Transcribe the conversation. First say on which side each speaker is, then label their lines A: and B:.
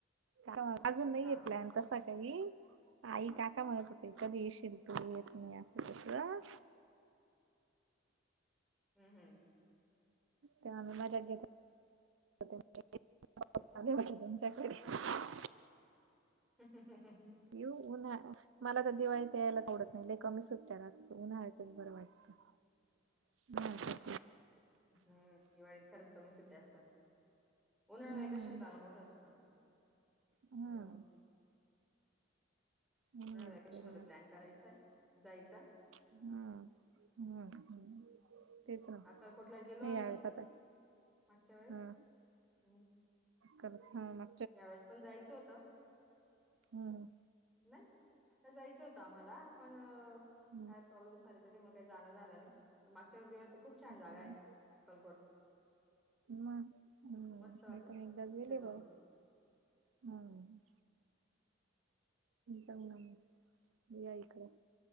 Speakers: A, on the right; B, in the centre.
A: का अजून नाही
B: हा
A: आहे पलॅन कसा काही आई काका म्हणत होते कधी येशील तू येत नाही असं तसं.
B: हम्म हम्म.
A: चांगला <unintelligible> <unintelligible>
B: <unintelligible>
A: येऊ उन्हाळा मला तर दिवाळी त्या यायला आवडत नाही लय कमी सुट्टया राहतं उन्हाळचंच बरं वाटतं. <unintelligible>
B: हम्म दिवाळीत खरंच कमी सुट्टी असतात उन्हाळा
A: हम्म
B: वेकेशन चांगल मोठं असतं.
A: हम्म
B: हां.
A: नाही
B: या वॅकेशन
A: बरं
B: मध्ये प्लॅन करायचाय जायचा.
A: हा बर हम्म. तेच ना
B: अक्कलकोटला गेलो
A: हे
B: आम्ही
A: यावेळेस आता
B: मागच्या वेळेस
A: हा.
B: हम्म.
A: करत हा ना.
B: यावेेळेस पण जायचं होतं
A: हम्म हम्म.
B: नाही आता जायचं होतं आम्हाला पण
A: हम्म
B: काय प्रॉब्लेम्स सारे त्याच्या म काही जाणं झालं नाही मागच्या वळेस गेलो तर खूप छान जागा
A: हम्म.
B: आहे अक्कलकोट.
A: म हम्म
B: मस्त वाटतं
A: मी पण एकदाच गेले
B: तिथे जाऊन
A: बाय. हम्म. जाऊना मग या इकडं